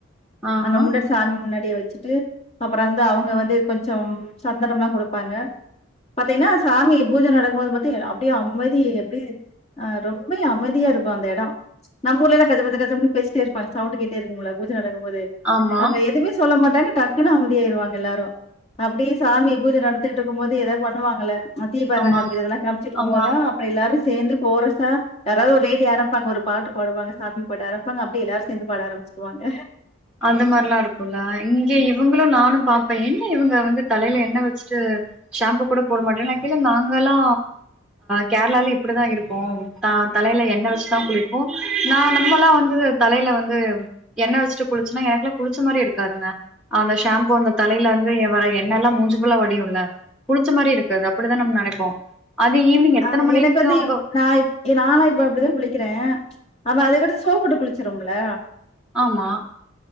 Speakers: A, in the centre; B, on the left.
A: ஆஹா
B: அங்க முன்னாடி சாமி முன்னாடியே வச்சுட்டு அப்ற வந்து அவுங்க வந்து கொஞ்சோ சந்தனம்ல்லா குடு ப்பாங்க பாத்தீங்கன்னா சாமி பூஜ நடக்கும்போது பாத்தா அப்டியே அமைதி அப்படியே ரொம்பயு அமைதியா இருக்கு அந்த எடோ நம்ம ஊர்லலாம் கஜமுஜ கஜமு பேசிடே இருப்பாங்க சவுண்ட கேட் இருக்குமுல்ல பூஜ நடக்கும் போது
A: ஆமா
B: அங்க எதுமே சொல்ல மாட் டாங்க டக்குனு அமைதியாயிருவாங்க எல்லாரு அப்டியே சாமி பூஜ நடந் துகிட்ருக்கும்போது எதாவுது பண்ணுவாங்கல்ல தீபாரதண
A: ஆமா
B: காமிக்கிறதுல்லா காமிச்சுட்டுருக்கும்போதுலா
A: ஆமா
B: அப்ற எல்லாரு சேந்து கோரசா யாராவுது ஒரு லேடி ஆரமிப்பாங்க ஒரு பாட்டு பாடுவாங்க சாமி பாட்டு ஆரமிப்பாங்க அப்டே எல்லாரு சேந்து பாட ஆரமிச்சிருவாங்க
A: அந்த மாரிலா இருக்குல இங்க இவங்ளு நானும் பா இப்ப என்ன இவங்க வந்து தலைல எண்ண வச்சுட்டு ஷாம்பூ கூட போட மாட்டாங்ளா கேட்டா நாங்கெல்லா கேரளால இப்டிதா இருப்போ தலையில எண்ண வச்சுதா குளிப்போ நான் நம்மல்லா வந்து தலையில வந்து எண்ண வச்சுட்டு குளிச்ன்னா எனக்குலா குளிச்ச மாரியே இருக்காதுங்க அந்த ஷாம்பு அந்த தலைலருந்து வற எண்ணல்லா மூஞ்சு ஃபுல்லா வடியுல்ல குளிச்ச மாரியேருக்காது அப்படிதா நம்ம நெனைப்போ அது ஈவினிங் எத்தன
B: ஆஹ்
A: மணிக்கு
B: எனக்கு வந்து
A: அவங்க
B: நான் நானா இப்ப அப்படிதா குளிக்கறேன் ஆமா அதுக்கடு சோப்பிட்டு குளிச்சிரோம்ல
A: ஆமா